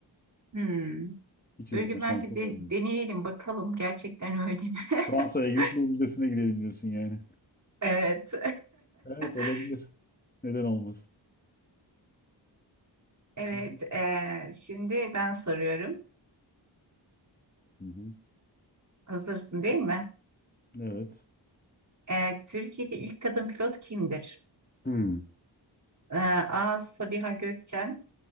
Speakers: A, on the right; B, on the left.
A: Hmm.
B: Hiç izleme
A: Bir gün
B: şansım
A: bence de,
B: olmadı.
A: deneyelim bakalım gerçekten öyle mi? <laughs>
B: Fransa'ya gidip Louvre Müzesi'ne gidelim diyorsun yani.
A: Evet.
B: Evet olabilir.
A: <laughs>
B: Neden olmasın?
A: Evet,
B: Hı
A: e, şimdi ben soruyorum.
B: hı.
A: Hazırsın değil mi?
B: Evet.
A: Ee, Türkiye'de ilk kadın pilot kimdir?
B: Hmm.
A: Ee, A. Sabiha Gökçen